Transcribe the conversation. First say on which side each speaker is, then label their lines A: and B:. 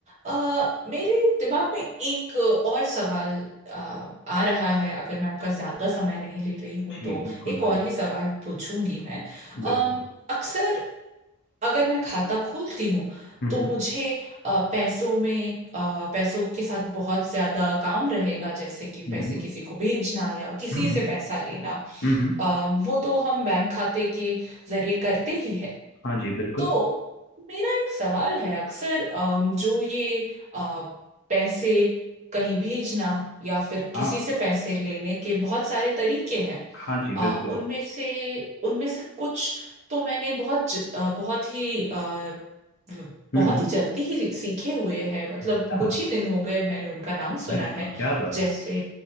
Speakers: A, on the right; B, on the left.
A: आ, मेरे दिमाग में एक और सवाल आ, आ रहा है अगर मैं आपका ज्यादा समय नहीं ले रही हूं
B: जी
A: तो
B: बिल्कुल
A: एक
B: बिल्कुल
A: और ही सवाल पूछूंगी मैं
B: बिल्कुल
A: अम, अक्सर अगर मैं खाता खोलती हूँ
B: हम्म
A: तो मुझे अ, पैसों में अ, पैसों के साथ बहुत ज्यादा काम रहेगा जैसे कि
B: हम्म
A: पैसे
B: हम्म
A: किसी को भेजना या किसी
B: हम्म,
A: से
B: हम्म,
A: पैसा लेना
B: हम्म, हम्म।
A: अम, वो तो हम बैंक खाते के जरिए करते ही है
B: हाँ जी बिल्कुल
A: तो मेरा एक सवाल है अक्सर अम, जो ये अ, पैसे कहीं भेजना या फिर
B: हाँ
A: किसी से पैसे लेने के बहुत सारे तरीके हैं
B: हाँ जी
A: आ,
B: बिल्कुल
A: उनमें से उनमें से कुछ तो मैंने बहुत ज, आ, बहुत ही आ, व- बहुत
B: हम्म हम्म।
A: ही जल्दी ही सीखे हुए हैं मतलब
B: अच्छा
A: कुछ ही दिन हो गए मैंने उनका नाम सुना
B: अरे
A: है
B: वाह, क्या बात
A: जैसे